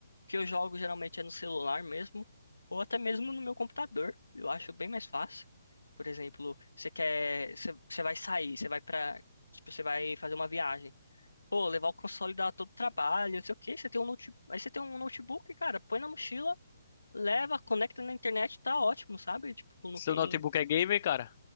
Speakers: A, on the left; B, on the left.
A: que eu jogo geralmente é no celular mesmo, ou até mesmo no meu computador. Eu acho bem mais fácil. Por exemplo, você quer, você, você vai sair, você vai para, tipo, você vai fazer uma viagem. Pô, levar o console dá todo trabalho, não sei o quê. Você tem um note, aí você tem um notebook, cara, põe na mochila, leva, conecta na internet, tá ótimo, sabe? Tipo, não
B: Seu
A: tem.
B: notebook é gamer, cara?